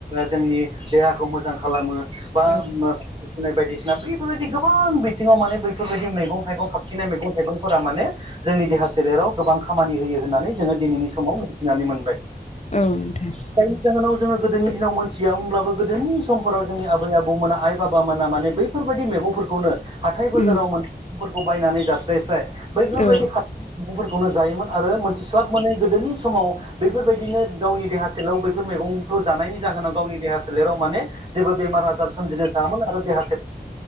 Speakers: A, on the right; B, on the left.
A: जोंनि देहाखौ मोजां खालामो बा
B: औ
A: सानायानाय सुनाय बायदिसिना बैफोरबायदि गोबां बिथिङाव माने बैफोरबायदि मैगं थाइगं खााबथिननाय मैगं थाइगंफोरा माने जोंनि देहा सोलेराव गोबां खामानि होयो होननानै जोङो दिनैनि समाव मिथिनानै मोनबाय
B: औ नोंथां
A: जायनि जाहोनाव जोङो गोदोनि दिनाव मोनन्थियामोमब्लाबो गोदोनि समफोराव जोंनि आबै आबौमोना आइ बाबा मोना माने बै बैफोरबायदि मैगंफोरखौनो हाथाय बाजाराव
B: उम
A: मोनसे मैगंफोरखौ बायनानै जास्ल्रायस्ल्राय बैफोरबायदि
B: औ
A: फोरखौनो जायोमोन आरो मोनथिस्लाब माने गोदोनि समाव बेफोरबायदिनो गावनि देहा सोलेराव बैफोर मैगंखौ जानायनि जाहोनाव गावनि देहा सोलेराव माने जेबो बेमार आजार सोमजिनो थामोन आरो देहा